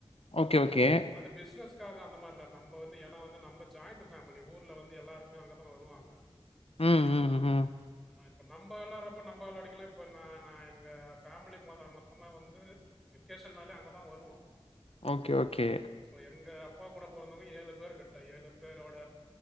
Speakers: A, on the left; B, in the centre.
A: ஓகே ஓகே
B: அது பிசினஸ்க்காக அந்த மாரில்ல நம்ம வந்து ஏன்னா வந்து நம்ம ஜாயிண்ட் ஃபேமிலி ஊர்ல வந்து எல்லாருமே அங்கேதா வருவாங்க
A: ம் ம் ம்
B: இப்ப நம்ம வெளாட்றப்ப நம்ம வெளாடிக்கலா இப்ப நா எங்க ஃபேமிலி மொத்தமா வந்து வெக்கேஷன்னாலே அங்கதா வருவோ
A: ஓகே ஓகே
B: சோ எங்க அப்பா கூட போறந்தவங்க ஏழு பேர் கிட்ட ஏழு பேரோட